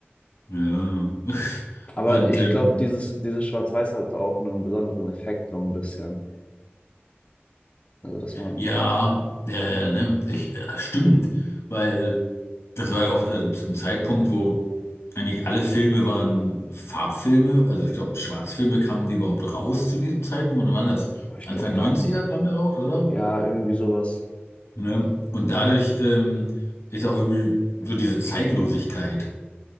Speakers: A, on the left; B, on the left.
A: Ja. <laughs>
B: Aber
A: Und
B: ich
A: ähm,
B: glaube, dieses, dieses Schwarz-Weiß hat auch einen besonderen Effekt, so ein bisschen. Also, dass man,
A: ja, ja, ja, ne? Ich, ja, stimmt, weil das war ja auch äh, zum Zeitpunkt, wo eigentlich alle Filme waren Farbfilme. Also ich glaube, Schwarzfilme kamen die überhaupt raus zu diesem Zeitpunkt. Und dann waren das?
B: boah, ich
A: Anfang
B: glaube gar
A: Neunziger
B: nicht.
A: er kam da raus, oder?
B: Ja, irgendwie sowas.
A: Ne? Und dadurch ähm, ist auch irgendwie so diese Zeitlosigkeit.